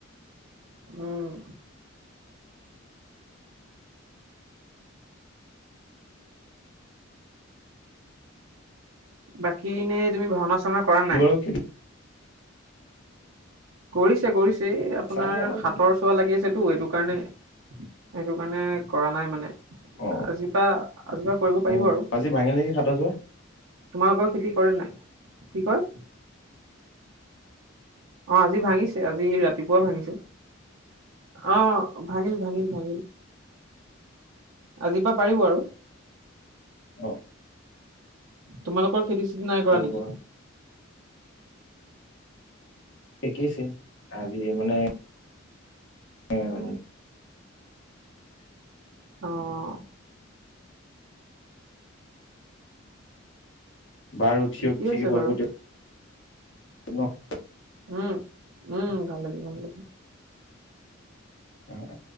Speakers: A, on the right; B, on the left.
A: উম। বাকীনে তুমি ভাওনা চাওনা কৰা নাই?
B: তোমাৰ খেতি
A: কৰিছে কৰিছে এই আপোনাৰ
B: চাম ৰবা যাম।
A: হাতৰ চোৱা লাগি আছে। টো এইটো কাৰণে, সেইটো কাৰণে কৰা নাই মানে
B: অ
A: আজিৰপৰা আজিৰ পৰা কৰিব পাৰিব
B: অ
A: আৰু,
B: আজি ভাঙিল নেকি সাতৰ চোৱা
A: তোমালোকৰ খেতি কৰে নাই? কি কয়? অ আজি ভাঙিছে আজি ৰাতিপুৱা ভাঙিছে। অ ভাঙিল ভাঙিল ভাঙিল। আজিৰ পৰা পাৰিব আৰু।
B: অঁ।
A: তোমালোকৰ খেতি চেতি নাই কৰা
B: যাব
A: নেকি?
B: শিকিছে, আজি মানে উম।
A: আহ
B: বাৰু উঠিয়ক
A: ঠিকেই
B: ঠিক
A: আছে
B: হব
A: বাৰু
B: দিয়ক।
A: উম উম, ভাল লাগিল ভাল লাগিল।
B: হয়।